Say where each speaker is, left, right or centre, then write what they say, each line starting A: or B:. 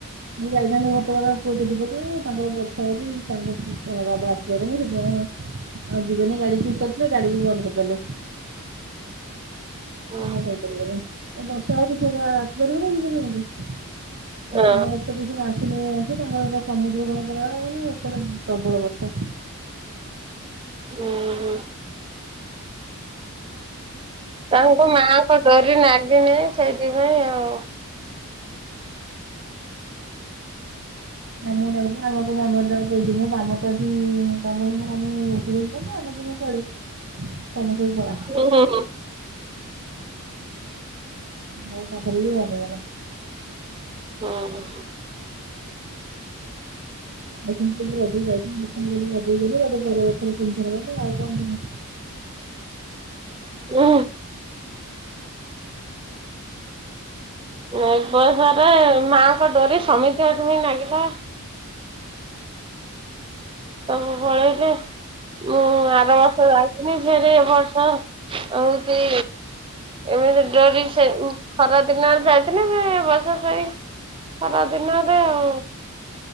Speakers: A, on the right; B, on the right.
A: ସେ ଯାଇଥାନ୍ତେ ଘଟଗଡ ପୁଅ ତୋ ବୋଲି ତାଙ୍କର ବର୍ଷା ହୋଉଚି ତାଙ୍କ ବାବା ଆସିଗଲେଣି ସେଥିପାଇଁ ଆଉ ଯିବେନେଇ ଗାଡି ଠିକ୍ କରିଥିଲେ ଗାଡି ବି ବନ୍ଦ୍ କରିଦେଲେ।
B: ହଁ
A: ନାଁ ଯାଇପାରିବନି ଏ ବର୍ଷା ହୋଉଚି ସିଏ ପା ଆସି ପରିବନି, ଯିବ କେମିତି।
B: ହୁଁ
A: ଏତେ ବସ୍ କତିକି ସିନା ସେ ନେଇ ଆସି ତାଙ୍କର ହେଟା ସମୁଦ୍ର କୂଳ ପୁରା ଏତେଳେ ପ୍ରବଳ ବର୍ଷା।
B: ଉ ହୁଁ। ତାଙ୍କୁ ମାଆଙ୍କ ଡୋରି ନାଗିନେଇ ଆଉ ସେଇଥିପାଇଁ ଆଉ।
A: ଆମକୁ ଗାକୁଥୁଆ ଆମେ କଇନୁ ଆମ ତ ସେ ଯୁହେଁ କାମ ତ ଏଠି କାମ ଆମେ ଉଠି ବସିପାରୁନୁ ଆମେ ସବୁ କୁଆଡେ। ତମେ ସବୁ ପଳା।
B: ହୁଁ ହୁଁ ହୁଁ।
A: ନ‌ଟା ପଲି ବନ୍ଦ୍ ହେଇଗଲା।
B: ହଁ।
A: ଆଉ ସେମିତି ବି ରଜକୁ ଯାଇଥିଲି ଦିଥର ଗଲି ରଜକୁ ଗଲି ରେ ପରେ ଆଉଥରେ ତିନିଥର ଗଲି ଆଉ କଣ ଜିମି?
B: ଉଁ ହୁଁ। ଏ ବର୍ଷରେ ରେ ମାଙ୍କ ଡୋରି ସମିତିଙ୍କଠୀ ବି ନାଗିଲା। ସବୁ ପଳେଇଲେ ମୁଁ ଆର ବର୍ଷ ଯାଇ ଯେ ଏ ବର୍ଷ ହଉଛି। ଏମିତି ଡୋରି ସେ ଖରା ଦିନରେ ଯାଇଥିଲି ସେ ବର୍ଷ ସେଇ ଖରାଦିନରେ ଆ,